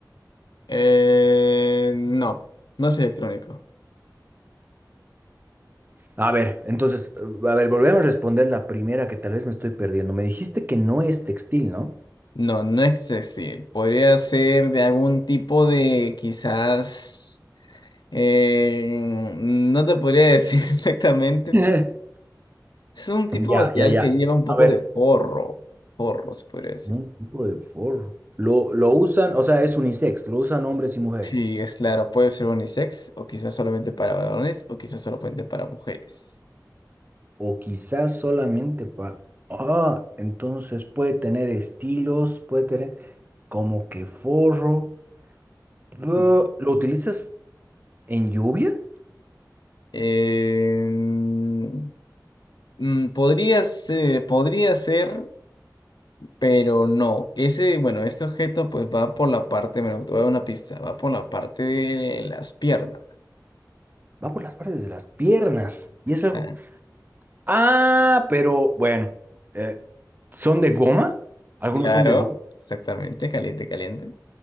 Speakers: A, on the left; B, on the right.
A: Eh, no, no es electrónico.
B: A ver, entonces, a ver, volvemos a responder la primera que tal vez me estoy perdiendo. Me dijiste que no es textil, ¿no?
A: No, no es sextil. Podría ser de algún tipo de, quizás, eh, no te podría decir <laughs> exactamente.
B: <laughs>
A: Es un tipo
B: Ya,
A: de material
B: ya, ya.
A: que lleva un poco
B: A ver,
A: de forro. Forro, se podría decir.
B: un tipo de forro. Lo, lo usan, o sea, es unisex, lo usan hombres y mujeres.
A: Sí, es claro, puede ser unisex, o quizás solamente para varones, o quizás solamente para mujeres.
B: O quizás solamente para... Ah, entonces puede tener estilos, puede tener como que forro. Pero,
A: Ujú.
B: ¿Lo utilizas en lluvia?
A: Em, mm, podría ser, podría ser, pero no. Ese, bueno, este objeto pues va por la parte, me voy a dar una pista, va por la parte de las piernas.
B: Va por las partes de las piernas. Y es algo...
A: Ah,
B: Ah, pero bueno, eh, ¿son de goma? Algunos
A: claro,
B: son de goma.
A: exactamente, caliente, caliente.